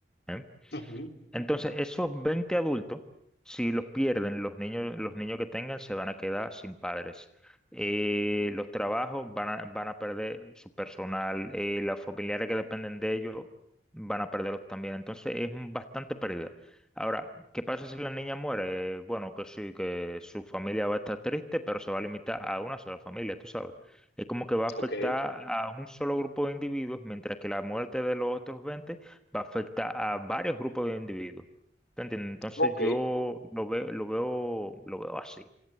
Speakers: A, in the centre; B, on the left (about 65°).
A: ¿eh?
B: ujú.
A: Entonces, esos 20 adultos, si los pierden, los niños, los niños que tengan se van a quedar sin padres. Eh, los trabajos van a, van a perder su personal, eh, las familiares que dependen de ellos van a perderlos también. Entonces, es un- bastante pérdida. Ahora, ¿qué pasa si la niña muere? Eh, Bueno, que sí, que su familia va a estar triste, pero se va a limitar a una sola familia, tú sabes. Es como que va a afectar
B: Ok,
A: a un solo grupo de individuos, mientras que la muerte de los otros 20 va a afectar a varios grupos de individuos. ¿Te entiendes? Entonces
B: ok,
A: yo lo veo, lo veo, lo veo así.